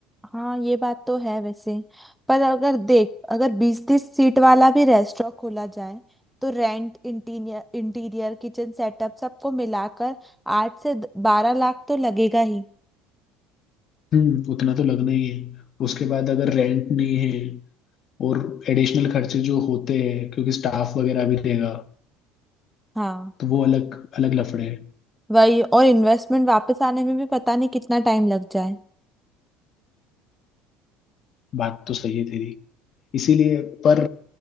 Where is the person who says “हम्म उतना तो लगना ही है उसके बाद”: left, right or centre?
Left